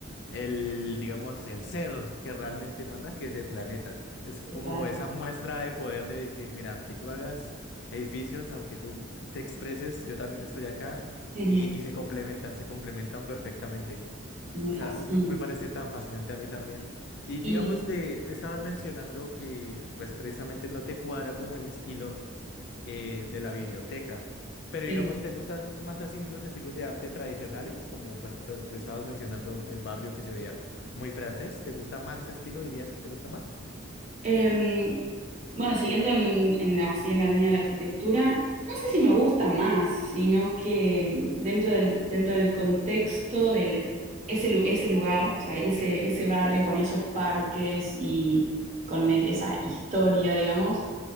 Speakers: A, on the left; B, on the right.
A: el, digamos, el ser que realmente manda, que es el planeta. Es
B: Total.
A: como esa muestra de poder de decir, mira, aunque tú hagas edificios, aunque tú te expreses, yo también estoy acá
B: Ujú.
A: y, y se complementan, se complementan perfectamente.
B: Sí, me
A: O
B: fascina.
A: sea, me, me- me parece tan fascinante a mí también. Y
B: Y
A: digamos de, estabas mencionando que pues precisamente no te cuadra como el estilo eh, de la biblioteca. Pero
B: sí.
A: digamos, ¿te gustan más así los estilos de arte tradicionales? Como pues pre- estabas mencionando el barrio que se veía muy francés. ¿Te gusta más ese estilo? ¿Dirías que te gusta más?
B: Em, bueno, siguiendo en, en la- así en la línea de la arquitectura, no sé si me gusta más, sino que em, dentro del, dentro del contexto del ese, lu- ese lugar, o sea, ese, ese barrio con esos parques y con e- esa historia, digamos.